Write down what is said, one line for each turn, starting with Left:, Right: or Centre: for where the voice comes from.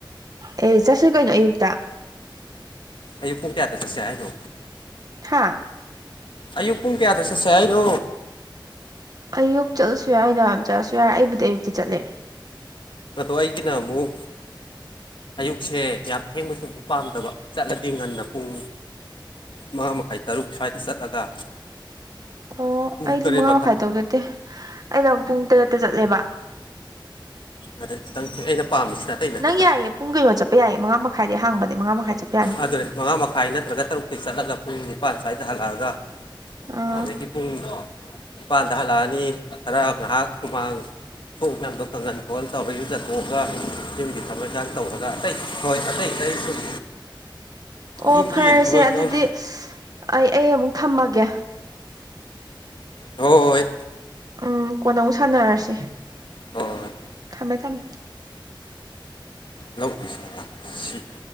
Right: ꯑꯦ ꯆꯠꯁꯤ ꯀꯩꯅꯣ ꯑꯌꯨꯛꯇ
Left: ꯑꯌꯨꯛ ꯄꯨꯡ ꯀꯌꯥꯗ ꯆꯠꯁꯦ ꯍꯥꯏꯅꯣ
Right: ꯍꯥꯥ
Left: ꯑꯌꯨꯛ ꯄꯨꯡ ꯀꯌꯥꯗ ꯆꯠꯁꯦ ꯍꯥꯏꯅꯣ
Right: ꯑꯌꯨꯛ ꯆꯠꯂꯁꯨ ꯌꯥꯏ ꯅꯨꯡꯗꯥꯡ ꯋꯥꯏꯔꯝ ꯆꯠꯂꯁꯨ ꯌꯥꯏ ꯑꯩꯕꯨꯗꯤ ꯑꯌꯨꯛꯇ ꯆꯠꯂꯦ
Left: ꯑꯗꯣ ꯑꯩꯒꯤꯅ ꯑꯃꯨꯛ ꯑꯌꯨꯛꯁꯦ ꯌꯥꯝ ꯊꯦꯡꯕꯁꯨ ꯄꯥꯝꯗꯕ ꯆꯠꯂꯗꯤ ꯉꯟꯅ ꯄꯨꯡ ꯃꯉꯥ ꯃꯈꯥꯏ ꯇꯔꯨꯛ ꯁ꯭ꯋꯥꯏꯗ ꯆꯠꯂꯒ
Right: ꯑꯣ
Left: ꯄꯨꯡ
Right: ꯑꯩꯗꯤ
Left: ꯇꯔꯦꯠ
Right: ꯃꯉꯥ ꯃꯈꯥꯏ ꯇꯔꯨꯛ ꯆꯠꯇꯦ ꯑꯩꯅ ꯑꯃꯨꯛ ꯄꯨꯡ ꯇꯔꯦꯠꯇ ꯆꯠꯂꯦꯕ
Left: ꯑꯗ
Right: <unintelligible>
Left: ꯈꯤꯇꯪ ꯑꯩꯅ
Right: <inaudible>
Left: ꯄꯥꯝꯃꯤꯁꯤꯅ ꯑꯇꯩ ꯅꯠꯇꯦꯗ
Right: ꯅꯪ ꯌꯥꯏꯌꯦ ꯄꯨꯡ ꯀꯩꯅꯣ ꯆꯠꯄ ꯌꯥꯏꯌꯦ ꯃꯉꯥ ꯃꯈꯥꯏꯗꯩ ꯍꯥꯡꯕꯅꯦ ꯃꯉꯥ ꯃꯈꯥꯏ ꯆꯠꯄ ꯌꯥꯅꯤ
Left: ꯑꯗꯨꯅꯦ ꯃꯉꯥ ꯃꯈꯥꯏ ꯅꯠꯇ꯭ꯔꯒ ꯇꯔꯨꯛꯇꯩ ꯆꯠꯂꯒ ꯄꯨꯡ ꯅꯤꯄꯥꯟ ꯁ꯭ꯋꯥꯏꯗ ꯍꯜꯂꯛꯑꯒ
Right: ꯑꯥ
Left: ꯑꯗꯒꯤ ꯄꯨꯡ ꯅꯤꯄꯥꯟꯗ ꯍꯜꯂꯛꯑꯅꯤ ꯈꯔ ꯉꯥꯏꯍꯥꯛ ꯍꯨꯃꯥꯡ ꯊꯣꯛꯎ ꯃꯌꯥꯝꯗꯣ ꯀꯪꯍꯟ ꯈꯣꯠꯍꯟ ꯇꯧꯔ ꯏꯔꯨꯖꯥ ꯊꯣꯛꯑꯒ ꯌꯨꯝꯒꯤ ꯊꯕꯛ ꯏꯟꯈꯥꯡ ꯇꯧꯔꯒ ꯑꯇꯩ ꯍꯣꯏ ꯑꯇꯩ ꯑꯇꯩ ꯁꯨꯝ
Right: ꯑꯣ
Left: ꯌꯨꯝꯒꯤ
Right: ꯐꯥꯔꯦꯁꯦ
Left: ꯊꯕꯛ ꯏꯪꯈꯥꯡ
Right: ꯑꯗꯨꯗꯤ ꯑꯩ ꯑꯩ ꯑꯃꯨꯛ ꯊꯝꯃꯒꯦ
Left: ꯍꯣ ꯍꯣꯏ
Right: ꯎꯝ ꯀꯣꯟꯅ ꯑꯃꯨꯛ ꯁꯥꯟꯅꯔꯁꯦ
Left: ꯍꯣ ꯍꯣꯏ
Right: ꯊꯝꯃꯦ ꯊꯝꯃꯦ
Left: ꯂ ꯂꯧꯀꯤ <unintelligible>